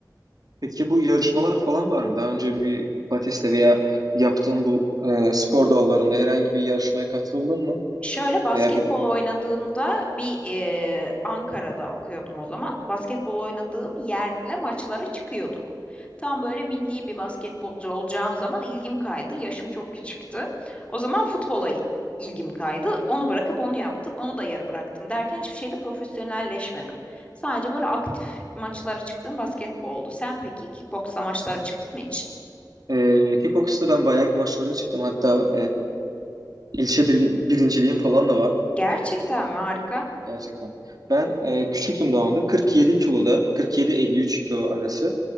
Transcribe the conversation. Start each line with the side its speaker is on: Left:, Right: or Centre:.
Right: Peki bu yarışmalar falan var mı? Daha önce bir Batiste veya yaptığın bu e, spor dallarında herhangi bir yarışmaya katıldın mı?
Left: Şöyle basketbol
Right: Veya bir
Left: oynadığımda bir eee, Ankara'da okuyordum o zaman. Basketbol oynadığım yerle maçlara çıkıyorduk. Tam böyle milli bir basketbolcu olacağım zaman ilgim kaydı. Yaşım çok küçüktü. O zaman futbola il- ilgim kaydı. Onu bırakıp onu yaptım. Onu da yarı bıraktım derken hiçbir şeyde profesyonelleşmedim. Sadece böyle aktif maçlara çıktığım basketboldu. Sen peki kickboksla maçlara çıktın mı hiç?
Right: e, kickbox'ta ben bayağı bir maçlara çıktım. Hatta İlçe bir, birinciliğim falan da var
Left: Gerçekten mi? Harika.
Right: gerçekten. Ben e, küçüktüm daha onda. 47 kiloda, 47-53 kilo arası.